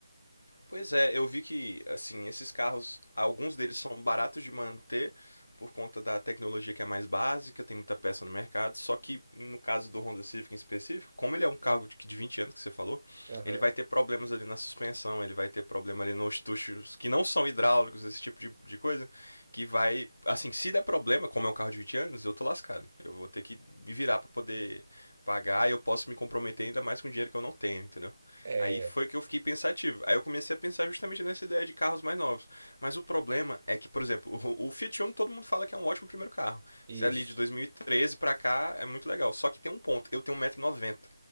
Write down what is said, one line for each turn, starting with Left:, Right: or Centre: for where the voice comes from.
Left: Pois é, eu vi que, assim, esses carros, alguns deles são baratos de manter por conta da tecnologia que é mais básica, tem muita peça no mercado, só que no caso do Honda Civic em específico, como ele é um carro de, de 20 anos que você falou,
Right: Aham.
Left: ele vai ter problemas ali na suspensão, ele vai ter problema ali nos tuchos que não são hidráulicos, esse tipo de, de coisa, que vai, assim, se der problema, como é um carro de 20 anos, eu tô lascado. Eu vou ter que me virar para poder pagar e eu posso me comprometer ainda mais com dinheiro que eu não tenho, entendeu?
Right: É,
Left: Aí foi que eu fiquei pensativo. Aí eu comecei a pensar justamente nessa ideia de carros mais novos. Mas o problema é que, por exemplo, o, o Fiat Uno todo mundo fala que é um ótimo primeiro carro.
Right: isso.
Left: Se é ali de 2013 pra cá é muito legal. Só que tem um ponto. Eu tenho 1,90m.